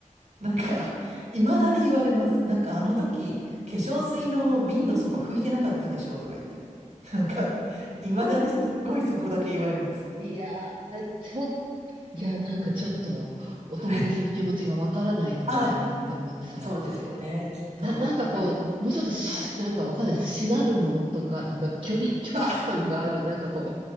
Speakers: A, on the right (about 55°); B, on the right (about 40°).
A: なんか、いまだに言われます。なんか、あの時、化粧水の瓶の底拭いてなかったでしょうとか言って。なんか、いまだにすっごいそこだけ言われます。
B: いやー、ちょっ、いや、なんかちょっと、お友達の気持ちがわからないでもないなって思ってさ、
A: はい。あ、そうですよね、きっと。
B: な、なんかこう、
A: でも
B: もうちょっとし、
A: はい。
B: なんかわかんないです。しなるものとか、なんか距離、距離感がある、
A: あ、
B: なんかこ